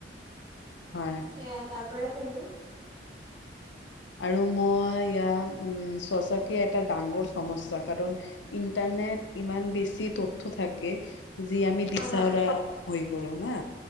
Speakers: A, on the left; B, on the right.
A: হয়।
B: সেয়া তাৰ পৰাই পঢ়ো।
A: আৰু মই ইয়াত উম সঁচাকে এটা ডাঙৰ সমস্যা, কাৰণ ইণ্টাৰনেট ইমান বেছি তথ্য থাকে যি আমি
B: হয়
A: দিশহাৰা
B: হয়
A: হৈ পৰো না,